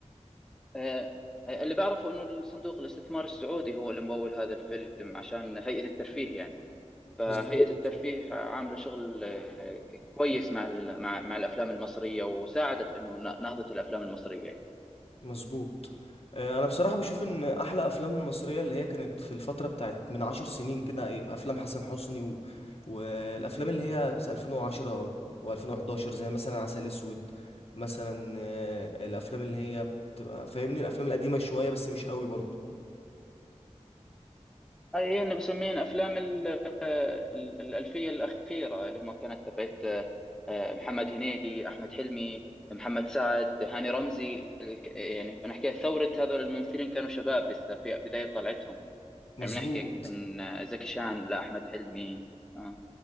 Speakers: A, in the centre; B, on the left (about 55°).
A: آه، آه، اللي بعرفه انه الصندوق الاستثمار السعودي هو اللي ممول هذا الفيلم عشان هيئة الترفيه يعني فهيئة
B: بالظبط
A: الترفيه عاملة شغل آه، كويس مع ال- مع مع الافلام المصرية وساعدت انه ن- نهضة الافلام المصرية يعني
B: مظبوط آه، انا بصراحه بشوف ان احلى افلام المصريه اللي هي كانت في الفتره بتاعت من عشر سنين كده إيه، افلام حسن حسني و... والافلام اللي هي 2010 و2011 زي مثلا عسل اسود مثلا آه، الافلام اللي هي بتبقى فاهمني الافلام القديمه شويه بس مش قوي برضه
A: اي انا بسميهم افلام ال- آه، ال- الالفية الاخيرة اللي هم كانت تبعت آه، آه، محمد هنيدي احمد حلمي محمد سعد هاني رمزي ال- يعني بنحكي ثورة هذول الممثلين كانوا شباب لسه في بداية طلعتهم
B: مظبوط
A: يعني بنحكي ان زكي شان لاحمد حلمي اه